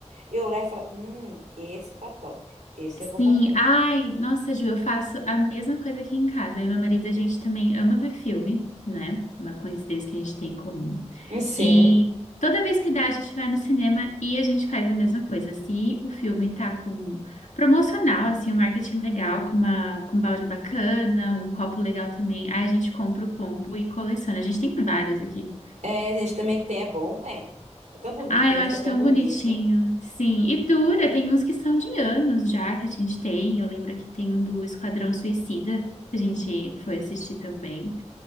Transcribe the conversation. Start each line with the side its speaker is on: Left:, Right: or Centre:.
Right: Eu olhar e falar: hum, esse tá top. Esse eu vou
Left: Sim,
Right: comprar.
Left: ai, nossa, Ju, eu faço a mesma coisa aqui em casa. Eu e meu marido, a gente também ama ver filme, né? Uma coincidência que a gente tem em comum.
Right: Sim.
Left: E toda vez que dá, a gente vai no cinema e a gente faz a mesma coisa. Se o filme tá com promocional, assim, um marketing legal, com uma, com um balde bacana, um copo legal também, aí a gente compra o combo e coleciona. A gente tem vários aqui.
Right: É, a gente também tem, é bom, né? É tão bonito,
Left: Ah,
Right: tem
Left: eu
Right: uns
Left: acho
Right: que é tão
Left: tão
Right: bonito.
Left: bonitinho. Sim, e dura, tem uns que são de anos já que a gente tem. Eu lembro que tem um do Esquadrão Suicida, que a gente foi assistir também.